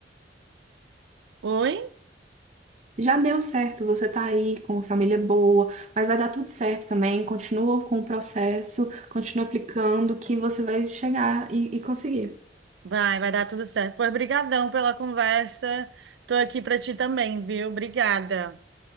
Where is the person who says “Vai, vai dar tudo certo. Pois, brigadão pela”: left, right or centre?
Right